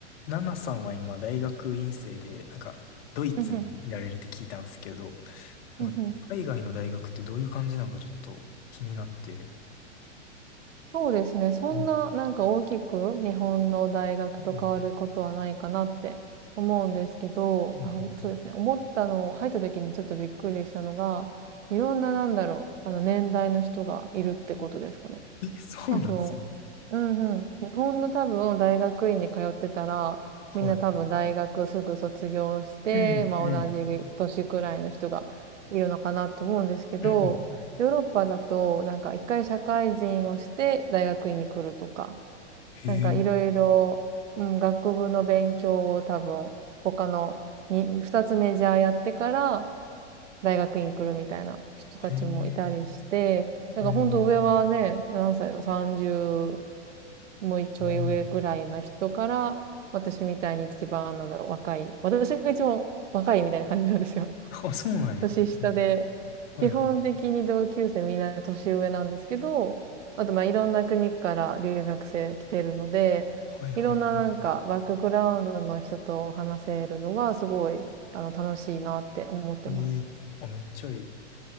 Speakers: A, on the left (about 55°); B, on the right (about 80°).
A: ナナさんは今、大学院生で、なんか、ドイツにいられるって聞いたんですけど、
B: うんうん。
A: なんか、
B: うんうん。
A: 海外の大学ってどういう感じなのかちょっと気になって。
B: そうですね。そんな、
A: うん。
B: なんか大きく日本の大学と変わることはないかなって思うんですけど、
A: うんうんうんう
B: あ、そうですね。思ったの、入った時にちょっとびっくりしたのが、いろんななんだろう、あの年代の人がいるってことですかね。
A: んえ、そうなんですか
B: 多分、うんうん。日本の多分大学院に通ってたら、
A: はい。
B: みんな多分大学すぐ卒業して、
A: うんうん
B: まあ同じ年くらいの人がいるのかなと思うんですけど、
A: うん
B: ヨーロッパだとなんか一回社会人をして大学院に来るとか、
A: へえ、
B: なんかいろいろ、うん、学部の勉強を多分他のに二つメジャーやってから大学院来るみたいな人たちもいたりして、
A: へえ、
B: だから本当上はね、
A: うん。
B: 何歳やろ、30もうちょい上ぐらいな人から、
A: まあま
B: 私みたいに一番なんだろう、若い。私が一番若いみたいな感じなんですよ。<laughs>
A: あ。あ、そうなんや。
B: 年下で、
A: うんはいはい。
B: 基本的に同級生みんな年上なんですけど、あとまあいろんな国から留学生来てるので、
A: はいはいはい。
B: いろんななんかバックグラウンドの人と話せるのはすごいあの楽しいなって思ってます。
A: ええ、あ、めっちゃいい。